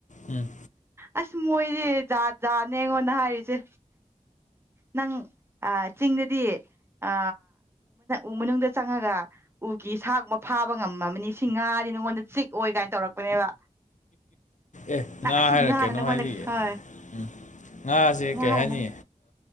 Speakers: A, on the left; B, on the right.
A: ꯎꯝ
B: ꯑꯁ ꯃꯣꯏꯅꯦ ꯖꯥꯠ ꯖꯥꯠꯅꯦ ꯑꯩꯉꯣꯟꯗ ꯍꯥꯏꯔꯤꯁꯦ ꯅꯪ ꯑ ꯆꯤꯡꯗꯗꯤ ꯑ ꯎ ꯃꯅꯨꯡꯗ ꯆꯪꯉꯒ ꯎꯒꯤ ꯁꯥꯒꯨꯝꯕ ꯐꯥꯕ ꯉꯝꯃꯕꯅꯤ ꯁꯤ ꯉꯥꯔꯤ ꯅꯉꯣꯟꯗ ꯆꯤꯛꯑꯣ ꯀꯥꯏꯅ ꯇꯧꯔꯛꯄꯅꯦꯕ
A: ꯑꯦ
B: ꯅꯪ
A: ꯉꯥ
B: ꯑꯁꯤ
A: ꯍꯥꯏꯔꯛꯀꯩꯅꯣ
B: ꯉꯥꯅ ꯅꯪꯉꯣꯟꯗ
A: ꯍꯥꯏꯕꯤꯌꯦꯦ
B: ꯍꯣꯏ
A: ꯎꯝ ꯉꯥꯁꯦ
B: ꯉꯥꯅ
A: ꯀꯩ ꯍꯥꯏꯅꯤ
B: ꯅꯪ